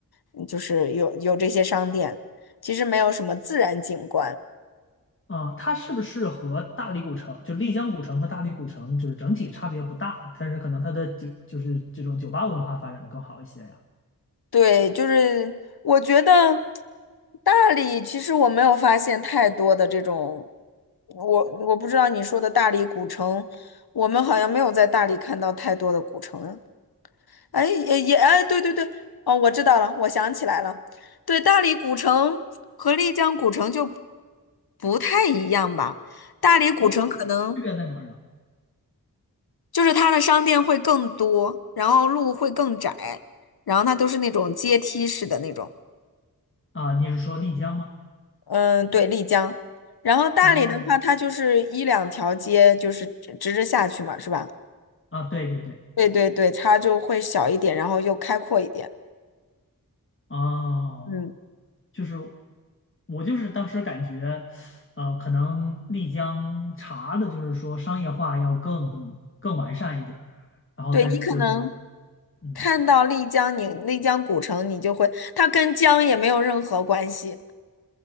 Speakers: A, on the left (about 85°); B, on the left (about 35°).
A: 嗯就是有有这些商店，其实没有什么自然景观。
B: 啊，它是不是和大理古城，就丽江古城和大理古城，就是整体差别不大，但是可能它的就就是这种酒吧文化发展的更好一些呀？
A: 对，就是我觉得大理其实我没有发现太多的这种，我我不知道你说的大理古城，我们好像没有在大理看到太多的古城。哎，也也哎，对对对，哦，我知道了，我想起来了，对，大理古城和丽江古城就不太一样吧。大理古城可能
B: 哦，区别在哪儿啊？
A: 就是它的商店会更多，然后路会更窄，然后它都是那种阶梯式的那种。
B: 啊，你是说丽江吗？
A: 嗯，对，丽江。然后大理的话，
B: 啊
A: 它就是一两条街，就是直直着下去嘛，是吧？
B: 啊，对对对，
A: 对对对，它就会小一点，然后又开阔一点。
B: 哦，
A: 嗯，
B: 就是我就是当时感觉，呃，可能丽江茶的就是说商业化要更更完善一点儿，然后但是就是
A: 对，你可能
B: 嗯，
A: 看到丽江，你丽江古城，你就会，它跟江也没有任何关系。